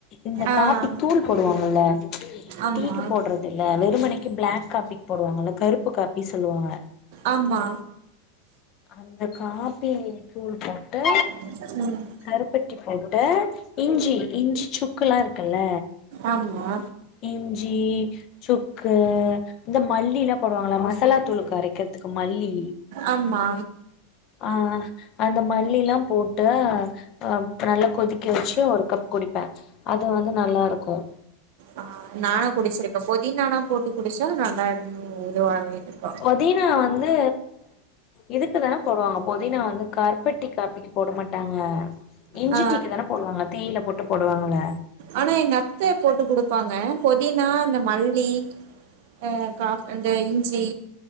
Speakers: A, on the left (about 40°); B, on the right (about 60°).
A: இந்த
B: ஆ
A: காப்பி தூள் போடுவாங்கல்ல
B: ஆமா
A: டீக்கு போட்றதில்ல வெறுமனைக்கு பிளாக் காப்பிக் போடுவாங்கல்ல கருப்பு கா ப்டி சொல்லுவாங்க
B: ஆமா
A: அந்த காப்பி தூள் போட் டா
B: ம்
A: கருப்பட்டி போடுவே இஞ்சி இஞ்சி சுக்கல்லா இருக்குல்ல
B: ஆமா
A: இஞ்சி சுக்கு இந்த மல்லியில போடுவாங்களா மசாலா தூளுக்கு அரைக்கிறதுக்கு மல்லி
B: ஆமா
A: ஆ அந்த மல்லிலா போட்டு அ நல்லா கொதிக்க வச்சு ஒரு கப் குடிப்பே அது வந்து நல்லாருக்கு
B: ஆ நானு குடிச்சிருக்கே பொதினானா போட்டு குடிச்சா நல்லா இன்னு இதுவாவவே இருக்கு
A: பொதீனா வந்து இதுக்குதான போடுவாங்க பொதினா வந்து கருப்பெட்டி காப்பிக்கு போட மாட்டாங்க இஞ்சிட்டீக்குதான
B: ஆ
A: போடுவாங்க தேயில போட்டு போடுவாங்க
B: ஆனா எங்கத்த போட்டு குடுப்பாங்க பொதினா இந்த மல்லி ஆ காஃபி அந்த இஞ்சி